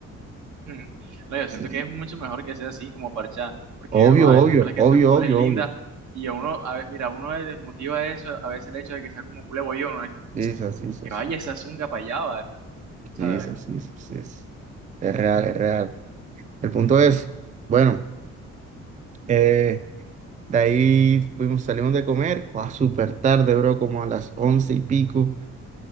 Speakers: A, on the right; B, on the right.
A: mm. No, yo
B: sí.
A: siento que es mucho mejor que sea así como parchada, porque,
B: Obvio,
A: ojo, hay
B: obvio,
A: pelas que
B: obvio,
A: son cules
B: obvio,
A: lindas
B: obvio.
A: y a uno, a, ve- mira, a uno le desmotiva eso, a veces el hecho de que sea como culé bollón, ¿no?
B: Sí, es así, sí,
A: que
B: es
A: vaya, esa es un gapayábal, ¿sabes?
B: sí, es sí, sí es. Es real, es real. El punto es, bueno, eh, de ahí fuimos, salimos de comer, a súper tarde, bro, como a las once y pico.